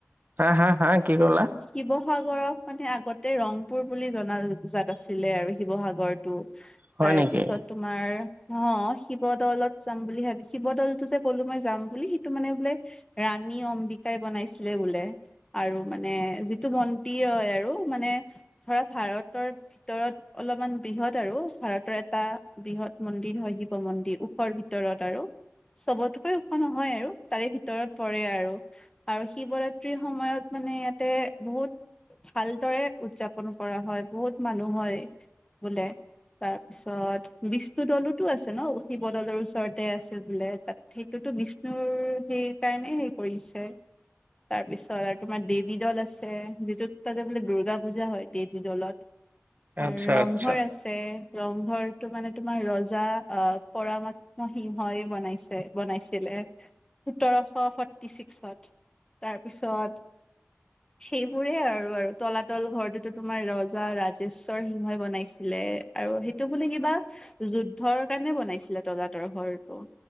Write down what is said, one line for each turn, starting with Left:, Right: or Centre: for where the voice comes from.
Right: হা হা হা কি ক'লা?
Left: শিৱসাগৰক মানে আগ অতে ৰংপুৰ বুলি জনা জাত আছিলে আৰু শিৱসাগৰটো।
Right: হয়
Left: তাৰে
Right: নেকি?
Left: পিছত তোমাৰ অ' শিৱ দলত যাম বুলি ভাবি, শিৱ দলটো যে ক'লো মই যাম বুলি সিটো মানে বোলে ৰা ৰাণী অম্বিকাই বনাইছিলে বোলে, আৰু মানে যিটো মন দিৰ হয় আৰু মানে ধৰা ভাৰতৰ ভিতৰত অলপমান বৃহৎ আৰু ভাৰতৰ এ এটা বৃহৎ মন্দিৰ হয় শিৱ মন্দিৰ, ওখৰ ভিতৰত আৰু। চবতকৈ ওখ নহয় আৰু তাৰে ভিতৰত পৰে আৰু-আৰু শিৱৰাত্ৰিৰ সময়ত মানে ইয়াতে বহুত ভালদৰে উদযাপন কৰা হয় বহুত মানুহ হয় বোলে। তাৰপিছত বিচ বিষ্ণুদলোতো আছে ন শিৱদলৰ ওচৰতে আছে বোলে, তাত সেইটোতো বিষ্ণুৰ সেই কাৰণে হেই কৰিছে। তাৰপিছত আৰু তোমাৰ দেৱী দল আছে, যিটোত তাতে বোলে দুৰ্গা পূজা হয় দেৱী দলত। আৰু
Right: আচ্ছা
Left: ৰংঘৰ
Right: আচ্ছা
Left: আছে, ৰংঘৰটো মানে তোমাৰ ৰজা আ, পৰামাত্ম সিংহই বনাইছে বনাইছিলে। সোতৰশ ফৰ্টি ছিক্সত, তাৰপিছত সেইবোৰে আৰু- আৰু তলাতল ঘৰটোতো তোমাৰ ৰজা ৰাজেশ্বৰ সিংহই বনাইছিলে। এ আৰু সেইটো বোলে কিবা যুদ্ধৰ কাৰণে বনাইছিলে তলাতৰ ঘৰটো,